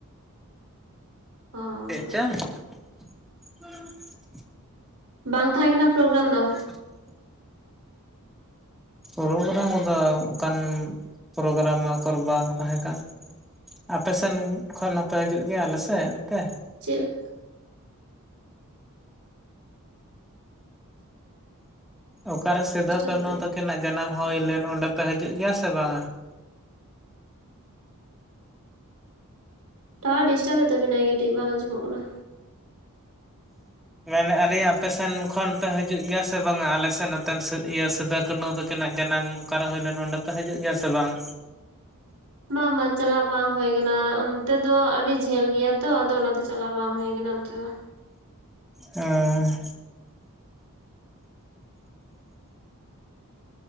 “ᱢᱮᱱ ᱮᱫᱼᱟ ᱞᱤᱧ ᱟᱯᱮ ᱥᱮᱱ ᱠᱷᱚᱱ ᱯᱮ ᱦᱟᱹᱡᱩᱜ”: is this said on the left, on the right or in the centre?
Centre